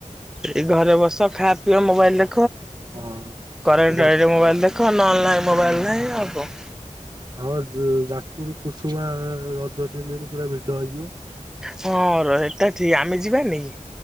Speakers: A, in the centre; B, on the right (about 35°).
A: ଏ ଘରେ ବସ ଖା ପିଅ ମୋବାଇଲ ଦେ
B: ହଁ।
A: କରେଣ୍ଟଇ
B: ଯା
A: ମୋବାଇଲ ଦେଖ ନଲାଇ ମୋବାଇଲ ନାଇଁ ଆଉ କ
B: ଆମ ଯ ଯାଜପୁର କୁସୁମା ରଜ ତିନି ଦିନ ପୁରା ଭିଡ ହେଇଯିବ।
A: ହଁ ର ଏଟ ଠିକ ଆମେ ଯିବାନିକି?